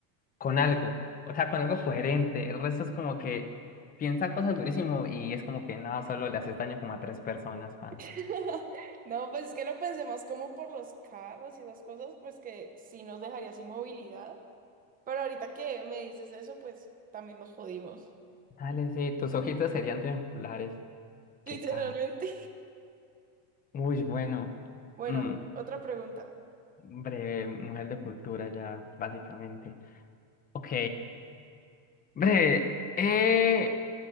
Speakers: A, on the left; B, on the right.
A: con algo, o sea, con algo coherente. El resto es como que piensa cosas durísimo y es como que no, solo le haces daño como a tres personas, pana.
B: <laughs> No, pues es que lo pensé más como por los carros y esas cosas, pues que sí nos dejaría sin movilidad. Pero ahorita que me dices eso, pues también nos jodimos.
A: Dale, sí, tus ojitos serían triangulares. Qué
B: <laughs> Literalmente.
A: caja. Uy, bueno.
B: Bueno,
A: Mm,
B: otra pregunta.
A: breve, mujer de cultura ya, básicamente. Ok, breve. Eh,